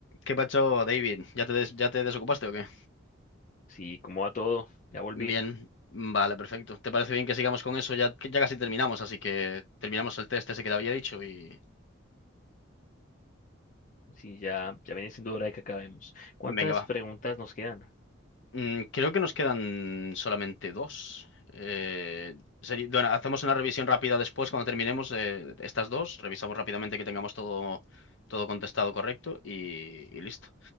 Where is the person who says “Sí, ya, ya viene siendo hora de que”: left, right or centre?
Left